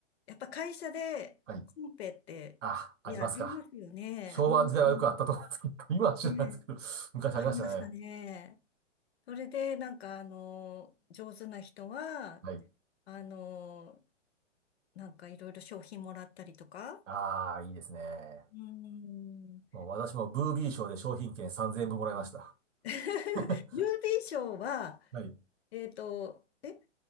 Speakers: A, on the left (about 55°); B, on the right (about 80°).
A: やっぱ会社でコンペってやりますよね。
B: はい。あ、ありますか。昭和時代はよくあったと思うんですけど、
A: うん。
B: 今は知らないですけど、
A: ねえ、
B: 昔ありましたね。
A: ありましたね。それで、なんか、あの、上手な人は、
B: はい。
A: あの、なんかいろいろ商品もらったりとか。
B: ああ、いいですね。
A: うん。
B: もう私もブービー賞で商品券3000円分もらいました。
A: <laughs>
B: <laughs>
A: 郵便賞は、
B: はい。
A: えっと、え、